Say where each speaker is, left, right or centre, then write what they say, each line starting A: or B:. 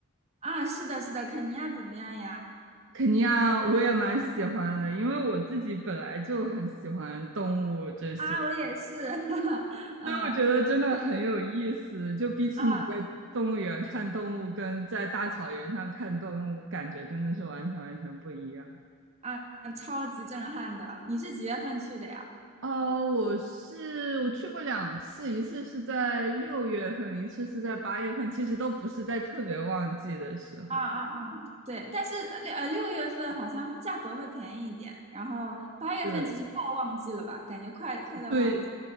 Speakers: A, on the right; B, on the right.
A: 啊，是的，是的，肯尼亚怎么样呀？
B: 肯尼亚我也蛮喜欢的，因为我自己本来就很喜欢动物这些，
A: 啊，我也是，<laughs> 嗯
B: 所以我觉得真的很有意思。就比起你在动物园看动物，
A: 啊
B: 跟在大草原上看动物，感觉真的是完全完全不一样。
A: 啊啊，超级震撼的。你是几月份去的呀？
B: 呃，我是我去过两次，一次是在六月份，一次是在八月份，其实都不是在特别旺季的时候。
A: 啊啊啊，对，但是呃六呃六月份好像价格会便宜一点，然后八月份其实快要旺季了吧，
B: 对，
A: 感觉快快到旺季
B: 对，